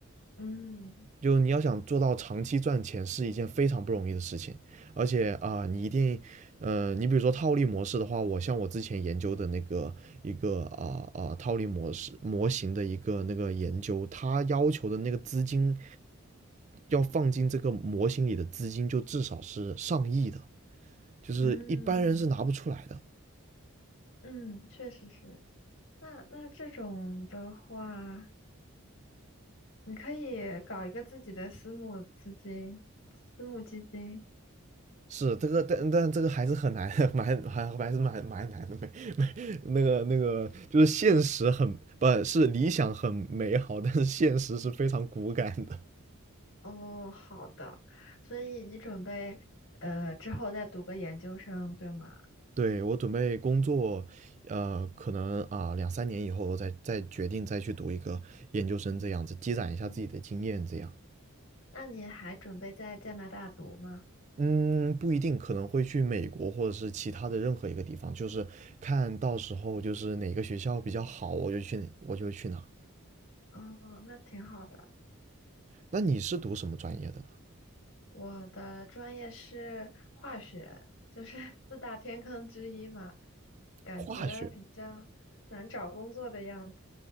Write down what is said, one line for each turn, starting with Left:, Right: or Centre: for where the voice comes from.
Left: 嗯
Right: 就你要想做到长期赚钱是一件非常不容易的事情，而且啊、呃你一定，呃，你比如说套利模式的话，我像我之前研究的那个一个啊啊、呃呃套利模式模型的一个那个研究，它要求的那个资金要放进这个模型里的资金就至少是上亿的，就是一般人是拿不出来的。
Left: 嗯嗯，确实是。那那这种的话，你可以搞一个自己的私募资金，私募基金。
Right: 是这个，但但这个还是很难，<laughs> 蛮还还是蛮蛮难的，那个那个就是现实很不是理想很美好，但是现实是非常骨感的。
Left: 哦，好的。所以你准备呃之后再读个研究生，对吗？
Right: <laughs> 对我准备工作，呃，可能啊、两三年以后我再再决定再去读一个研究生这样子，积攒一下自己的经验这样。
Left: 哦，那你还准备在加拿大读吗？
Right: 嗯，不一定，可能会去美国或者是其他的任何一个地方，就是看到时候就是哪个学校比较好，我就去哪我就去哪。
Left: 哦，那挺好的。
Right: 那你是读什么专业的呢？
Left: 我的专业是化学，就是 <laughs> 四大天坑之一嘛，感觉比较难找工作的样子。
Right: 化学。